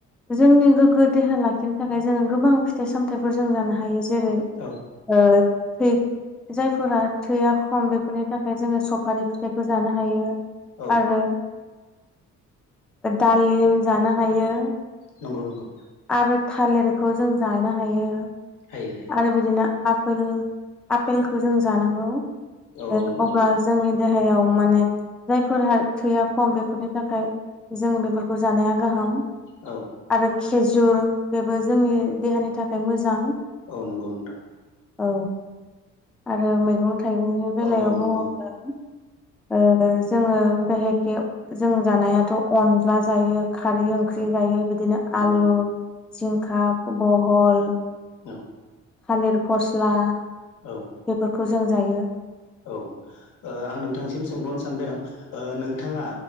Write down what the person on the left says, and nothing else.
औ
औ
नंगौ नंगौ।
हायो हायो
औ
नंगौ
नंगौ
औ
औ नंगौ नोंथां
ओ औ औ
नंगौ
औ
नंगौ
औ
औ
औ ओ नोंथांसिम सोंबावनो सानदों ओ नोंथाङा